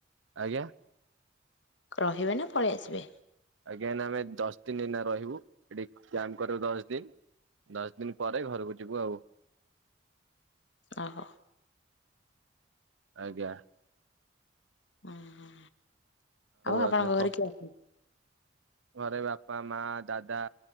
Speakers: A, on the right; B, on the left.
A: ଆଜ୍ଞା?
B: ରହିବେ ନା ପଳି ଆସିବେ।
A: ଆଜ୍ଞା ଏନା ଆମେ ଦଶ ଦିନ ଏନା ରହିବୁ ଏଠି କ୍ୟାମ୍ପ କରିବୁ ଦଶ ଦିନ। ଦଶ ଦିନି ପରେ ଘରକୁ ଯିବୁ ଆଉ।
B: ଓହୋ।
A: ଆଜ୍ଞା।
B: ଉଁ ହୁଁ ଆଉ ଆପଣଙ୍କ
A: ଆଜ୍ଞା କ
B: ଘରେ <unintelligible>
A: ଘରେ ବାପା ମା ଦାଦା